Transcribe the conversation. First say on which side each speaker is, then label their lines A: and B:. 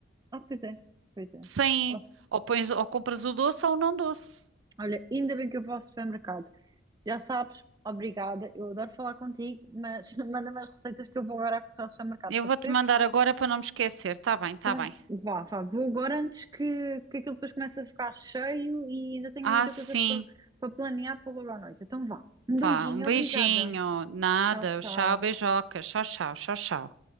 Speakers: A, on the right; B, on the right.
A: ah, pois é. Pois é.
B: sem.
A: Posso-
B: Ou pões, ou compras o doce ou o não doce.
A: Olha, ainda bem que eu vou ao supermercado. Já sabes, obrigada. Eu adoro falar contigo, mas <laughs> manda-me as receitas que eu vou agora correr ao supermercado.
B: Eu
A: Pode
B: vou-te
A: ser?
B: mandar agora para não me esquecer. Tá bem, tá
A: Então,
B: bem.
A: vá, vá, vou agora antes que, que aquilo depois comece a ficar cheio e ainda tenho
B: Ah,
A: muita
B: sim.
A: coisa para planear para logo à noite. Então, vá. Um beijinho,
B: Vá, um beijinho.
A: obrigada.
B: Nada.
A: Tchau, tchau.
B: Tchau, beijoca. Tchau, tchau, tchau, tchau.